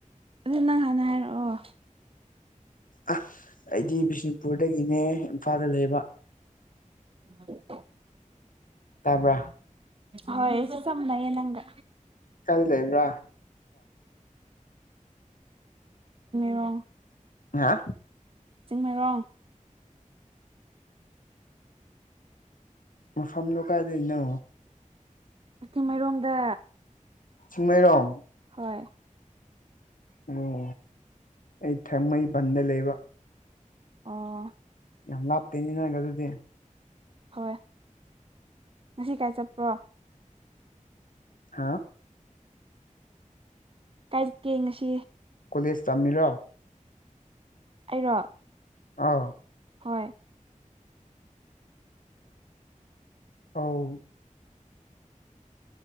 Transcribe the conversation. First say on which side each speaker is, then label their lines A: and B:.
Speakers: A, on the right; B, on the left.
A: ꯑꯗꯨ ꯅꯪ ꯍꯥꯟꯅ ꯍꯥꯏꯔꯛꯑꯣ
B: ꯑ ꯑꯩꯗꯤ ꯕꯤꯁꯅꯨꯄꯨꯔꯗꯒꯤꯅꯦ ꯏꯝꯐꯥꯜꯗ ꯂꯩꯕ
A: ꯑꯟꯑꯣꯗꯤꯕꯜ
B: ꯇꯥꯕ꯭ꯔ
A: ꯍꯣꯏ ꯆꯝꯅ ꯌꯦ ꯅꯪꯒꯥ
B: ꯀꯔꯤ ꯂꯩꯕ꯭ꯔꯥꯣ
A: ꯔꯣ
B: ꯍꯥ
A: ꯀꯛ ꯆꯤꯡꯃꯩꯔꯣꯡ
B: ꯃꯐꯝꯐꯝꯗ ꯀꯥꯏꯗꯅ
A: ꯏꯤꯡꯃꯔꯣꯡꯗ
B: ꯆꯃꯩꯔꯣꯡ
A: ꯍꯣꯏ
B: ꯑꯣ ꯑꯩ ꯊꯦꯡꯃꯩ ꯕꯟꯗ ꯂꯩꯕ
A: ꯑꯣ
B: ꯌꯥꯝ ꯂꯥꯞꯇꯦꯅꯤꯅꯒ ꯑꯗꯨꯗꯤ
A: ꯍꯣꯏ ꯉꯁꯤ ꯀꯥꯏ ꯆꯠꯄ꯭ꯔꯣ
B: ꯍꯥ
A: ꯀꯥꯏꯠꯀꯦ ꯉꯁꯤ
B: ꯀꯣꯂꯦꯖ ꯇꯝꯃꯤꯔꯣ
A: ꯑꯩꯔꯣ
B: ꯑꯥ
A: ꯍꯣꯏ
B: ꯑꯥꯎ